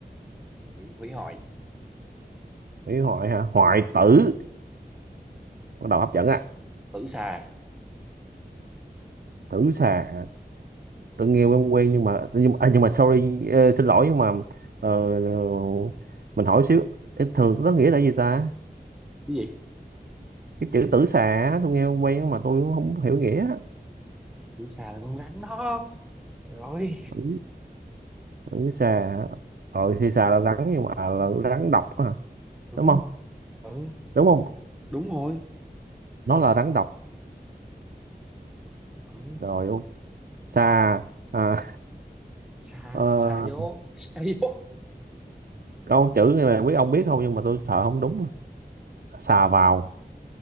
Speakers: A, in the centre; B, on the right.
A: thủy hủy hoại
B: hủy hoại hả? Hoại tử. Bắt đầu hấp dẫn á.
A: tử xà
B: Tử xà. hả? Tôi nghe quen quen nhưng mà nhưng mà, à, nhưng mà sorry ờ, xin lỗi nhưng mà ờ, ờ, mình hỏi xíu Ê, thường nó nghĩa là gì ta?
A: cái gì
B: Cái chữ tử xà á, tôi nghe quen nhưng mà tôi cũng không hiểu nghĩa.
A: tử xà là con rắn đó rồi
B: Tử, tử xà. hả? Ờ thì xà là rắn nhưng mà à, là rắn độc hả?
A: ừ
B: đúng không
A: ừ
B: đúng không
A: đúng rồi
B: nó là rắn độc
A: ừ
B: rồi ông xà à,
A: xà
B: ờ,
A: xà vô xà vô
B: câu chữ này mà biết ông biết không nhưng mà tôi sợ không đúng xà vào